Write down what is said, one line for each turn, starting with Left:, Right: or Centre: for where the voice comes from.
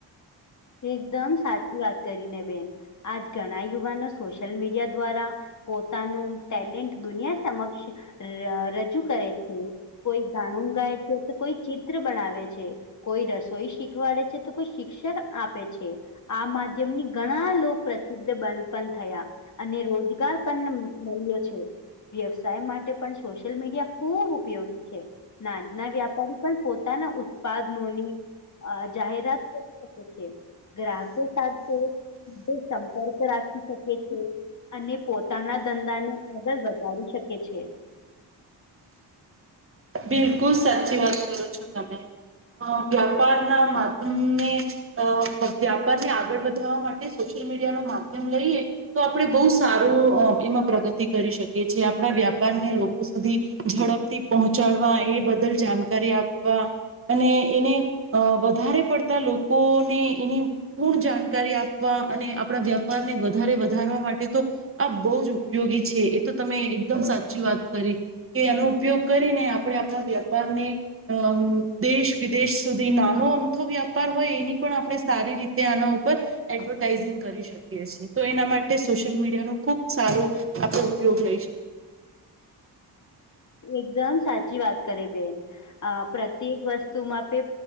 Left: એકદમ સાચી વાત કરીને બેન આજ ઘણા યુવાનો સોશિયલ મીડિયા દ્વારા પોતાનું ટેલેન્ટ દુનિયા સમક્ષ ર રજૂ કરે છે. કોઈ ગાણું ગાય છે તો કોઈ ચિત્ર બનાવે છે. કોઈ રસોઈ શીખવાડે છે તો કોઈ શિક્ષક આપે છે. આ માધ્યમની ઘણા લોક પ્રસિદ્ધ બંધ પણ થયા. અને રોજગાર પણ મળ્યો છે. વ્યવસાય માટે પણ સોશિયલ મીડિયા ખૂબ ઉપયોગી છે. નાદના વ્યાપારી પણ પોતાના ઉત્પાદનોની જાહેરાત કરી શ કે છે. ગ્રાહકો સાથે સંપર્ક રાખી શકે છે. અને પોતાના ધંધાને આગળ વધારી શકે છે.
Right: બિલકુલ સાચી વાત કરો છો તમે વ્યાપાર ના માધ્યમને અ વ્યાપાર ને આગળ વધારવા માટે સોશિયલ મીડિયા નો માધ્યમ લઈએ તો આપણે બહુ સારું એમાં પ્રગતિ કરી શકીએ છીએ આપણા વ્યાપારને લોકો સુધી ઝડપથી પહોંચાડવા એ બદલ જાણકારી આપવા અને એને અ વધારે પડતા લોકોને એની પૂર્ણ જાણકારી આપવા અને આપણા વ્યાપારને વધારે વધારવા માટે તો આ બહુ જ ઉપયોગી છે એ તો તમે એકદમ સાચી વાત કરી કે એનો ઉપયોગ કરીને આપણે આપણા વ્યાપાર ને અ દેશ વિદેશ સુધી નાનો અમથો વ્યાપાર હોય એની પણ આપણે સારી રીતે આના ઉપર એડવર્ટાઇઝિંગ કરી શકે એના માટે સોશિયલ મીડિયા નો ખુબ સારો આપડણે ઉપયોગ લઈ શકીએ
Left: એકદમ સાચી વાત કરે બેન આ પ્રત્યેક વસ્તુમાં પે